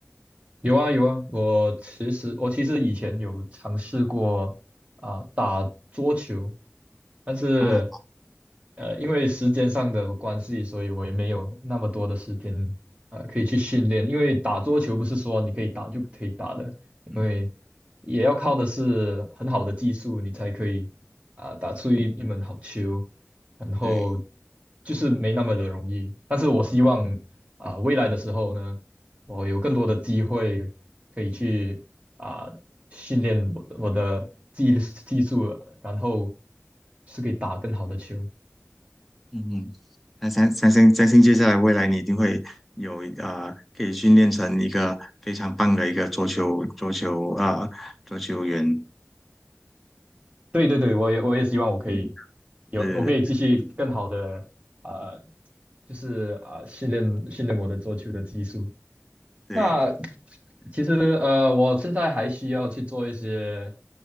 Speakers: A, on the right; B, in the centre.
A: 有啊有啊，我其实我其实以前有尝试过啊、打桌球，但是
B: 啊，
A: 呃因为时间上的关系，所以我也没有那么多的时间呃可以去训练。因为打桌球不是说你可以打就可以打的，因为
B: 嗯，
A: 也要靠的是很好的技术，你才可以啊、打出一一门好球。然后
B: 对。
A: 就是没那么的容易。但是我希望啊、未来的时候呢。我有更多的机会可以去啊、训练我的我的技技术，然后是可以打更好的球。
B: 嗯，嗯，那相相信相信接下来未来你一定会有呃，可以训练成一个非常棒的一个桌球桌球呃桌球员。
A: 对对对，我也我也希望我可以
B: 嗯，
A: 有我可以继续更好的啊、
B: 对对
A: 呃就是啊、训练训练我的做球的技术。
B: 对，
A: 那其实呃，我现在还需要去做一些